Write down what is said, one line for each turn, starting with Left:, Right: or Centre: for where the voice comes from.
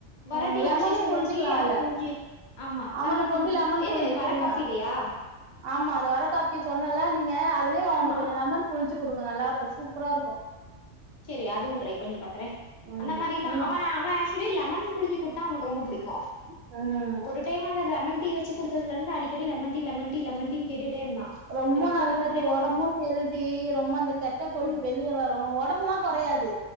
Left: வரட்டி
Right: ம் லெமனு
Left: அஸ் யூஸ்வல்
Right: புழிஞ்சுக்கலா
Left: வச்சி
Right: அதுல
Left: அத புழிஞ்சி ஆமா
Right: அவனுக்கு
Left: லமன் புழிஞ்சி
Right: ஒண்டி லெமன்
Left: எது
Right: புழிஞ்சு
Left: வர
Right: குடுங்க
Left: காஃபில்லையா
Right: ஆமா அந்த வர காஃப்பி சொன்னல்ல நீங்க அதலயே அவன
Left: ஆமா
Right: கொஞ்சோ லமன் புழிச்சி குடுங்க நல்லா இருக்கு சூப்பரா இருக்கு
Left: சேரி அதுவு ட்ரை பண்ணி பாக்குற
Right: ம்
Left: அந்த மாரிிலா
Right: நீங்க
Left: அவ அவ தோழி லமன் புழிஞ்சி குடுத்தா அவனுக்கு ரொம்ப புடிக்கு
Right: அ
Left: ஒரு டைம் அந்த லமன் டீ வச்சி குடுத்ததுல இருந்து அடிக்டி lemon tea lemon tea lemon tea னு கேட்டுட்டே இருந்தா
Right: ரொம்ப
Left: எனக்கு
Right: நல்லது
Left: போட்டு குடுக்குறியாமா
Right: ஒடம்பு
Left: கொஞ்சோ
Right: ஹெத்தி ரொம்ப அந்த கெட்ட கொழுப்பு
Left: ம்
Right: வெளிய வரு ஒடம்புலா கொறையாது